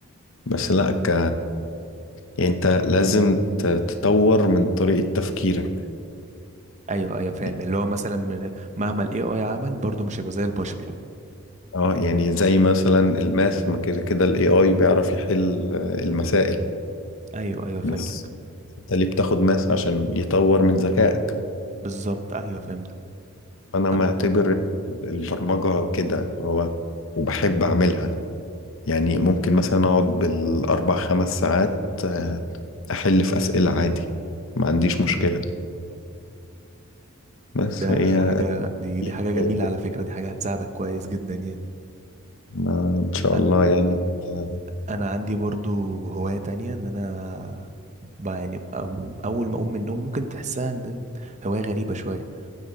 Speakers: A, on the left; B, on the right.
A: بس لا ك... يعني انت لازم ت- تطور من طريقة تفكيرك
B: ايوه ايوه فاهم
A: يعني
B: اللي هو مثلا من- مهما ال AI عمل برضه مش هيبقى زي البشر
A: اه يعني زي مثلا الماث ما كده كده الاي اي بيعرف يحل آه، المسائل
B: ايوه ايوه فهمتك
A: بس انت ليه بتاخد ماث عشان يطور من ذكائك
B: بالظبط ايوه فهمتك
A: انا
B: أن...
A: معتبر البرمجة كده هو وبحب اعملها يعني ممكن مثلا اقعد بالاربع خمس ساعات آه، احل في اسئلة عادي ما عنديش مشكلة بس
B: ده
A: هي <laughs>
B: حاجة دي دي
A: هي
B: حاجة جميلة
A: كده.
B: على فكرة دي حاجة هتساعدك كويس جدا يعني
A: ما- ان شاء
B: أنا
A: الله يعني اه
B: انا عندي برضو هواية تانية ان انا ب- يعني بقى- اول ما اقوم من النوم ممكن تحسها ان إن هواية غريبة شوية